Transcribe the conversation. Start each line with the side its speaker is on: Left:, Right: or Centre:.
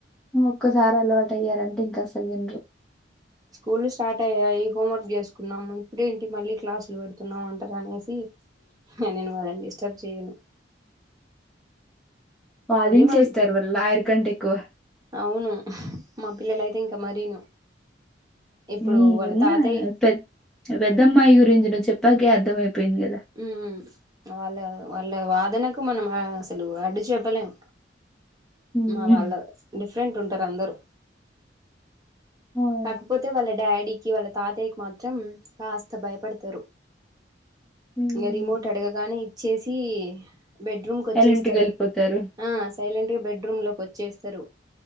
Centre: ఒక్కసారి అలవాటు అయ్యారంటే ఇంక అసలు వినురు
Right: స్కూల్ స్టార్ట్ అయ్యాయి హోంవర్క్ చేసుకున్నాము ఇప్పుడే ఏంటి మళ్ళీ క్లాసులు పెడుతున్నాం అంటారు అనేసి నేను వాళ్ళని డిస్టర్బ్ చేయ్యను
Centre: వాదిం
Right: మమ్
Centre: చేస్తారు వాళ్ళు లాయర్ కంటేఎక్కువ
Right: అవును మా పిల్లల అయితే ఇంకా మరీను ఇప్పుడు
Centre: హ్మ్.
Right: వాళ్ళ
Centre: విన్న
Right: తాతయ్య
Centre: పెద్ పెద్దమ్మాయి గురించి నువ్వు చెప్పాకే అర్థం అయిపోయింది కదా
Right: ఉమ్ వాళ్ళ వాళ్ళ వాదనకు మనం అసలు అడ్డు చెప్పలేం
Centre: హ్మ్.
Right: మా వాళ్ళు డిఫరెంట్ ఉంటారు అందరు
Centre: ఆ
Right: కాకపోతే వాళ్ళ డాడీకి వాళ్ళ తాతయ్యకి మాత్రం కాస్త భయపడతారు
Centre: హ్మ్.
Right: ఇగ రిమోట్ అడగగానే ఇచ్చేసి బెడ్రూమ్ క వచ్చేస్తారు
Centre: సైలెంట్‌గెళ్ళిపోతారు.
Right: ఆ సైలెంట్ గా బెడ్ రూమ్ లోకి వచ్చేస్తారు